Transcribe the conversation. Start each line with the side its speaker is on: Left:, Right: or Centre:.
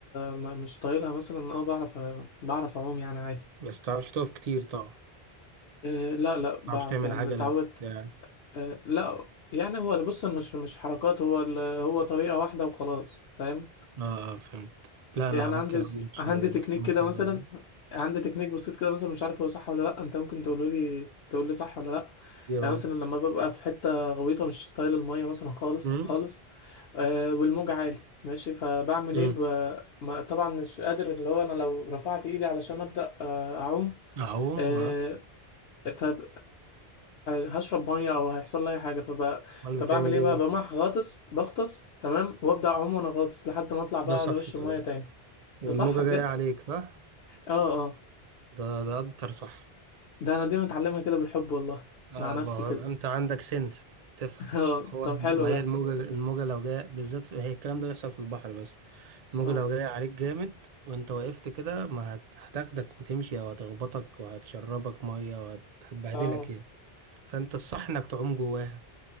Left: م- مش طايلها مثلا اه بعرف بعرف اعوم يعني عادي
Right: بس تعرفش تقف كتير طبعا ما
Left: آه، لا لا بعرف
Right: تعرفش تعمل
Left: يعني
Right: عجله
Left: أنا اتعودت
Right: بتاع.
Left: آه، لا يعني هو بص مش مش حركات هو ال- هو طريقه واحده وخلاص فاهم
Right: اه اه فهمت لا
Left: يعني
Right: انا ممكن
Left: عندي
Right: اقول شويه
Left: عندي تكنيك
Right: ممكن
Left: كده مثلا
Right: اقول
Left: عندي تكنيك بسيط كده مثلا مش عارف هو صح ولا لا انت ممكن تقوله لي تقول لي صح ولا لا
Right: ايه اهو
Left: يعني مثلا لما ببقى في حته غويطه مش طايل الميه مثلا خالص
Right: امم
Left: خالص آه والموج عالي ماشي فبعمل
Right: امم
Left: ايه ب... ما طبعا مش قادر اللي هو انا لو رفعت ايدي علشان ابدا آه اعوم
Right: اعوم
Left: آه
Right: اه
Left: فهم هشرب ميه او هيحصل لي اي حاجه فب...
Right: امال
Left: فبعمل
Right: بتعمل
Left: ايه
Right: ايه
Left: بقى بقوم
Right: بقى
Left: رايح غاطس بغطس تمام وابدا اعوم وانا غاطس لحد ما اطلع بقى
Right: ده صح
Left: على وش
Right: طبعا
Left: الميه تاني
Right: والموجه
Left: ده صح بجد
Right: جايه عليك صح
Left: اه اه
Right: ده ده اكتر صح
Left: ده انا دي متعلمها كده بالحب والله
Right: لا
Left: مع نفسي
Right: بقى
Left: كده
Right: انت عندك سنس تفهم
Left: <laughs> اه
Right: هو
Left: طب
Right: ما
Left: حلو ده
Right: هي الموجه الموجه لو جايه بالذات هي الكلام ده بيحصل في البحر بس الموجه
Left: اه
Right: لو جايه عليك جامد وانت وقفت كده ما هت- هتاخدك وتمشي او هتخبطك وهتشربك ميه وهتبهدلك
Left: اه
Right: يعني فانت الصح انك تعوم جواها